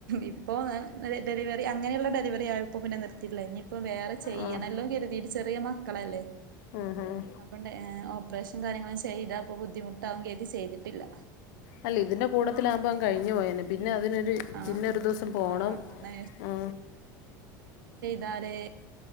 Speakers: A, on the right; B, on the left.
A: ഇപ്പോ <unintelligible> അത് ഡെലിവറി അങ്ങനെയുള്ള ഡെലിവറി ആയപ്പോൾ പിന്നെ നിർത്തിയില്ല ഇനി ഇപ്പ വേറെ ചെയ്യണല്ലോ
B: ആഹ്
A: കരുതിയി ചെറിയ മക്കളല്ലേ
B: ഉം ഉം
A: അപ്പണ്ടെ ഓപ്പറേഷനും കാര്യങ്ങളും ചെയ്താ അപ്പൊ ബുദ്ധിമുട്ടാവുങ്കി അത് ചെയ്തിട്ടില്ല
B: അല്ല ഇതിന്റെ കൂട്ടത്തിലാകുമ്പോ അങ്ങ് കഴിഞ്ഞു പോയേനെ പി ന്നെ അതിനൊരു
A: ആ
B: പിന്നൊരു ദിവസം പോണം
A: ആ ആണ്
B: ആ
A: താരെ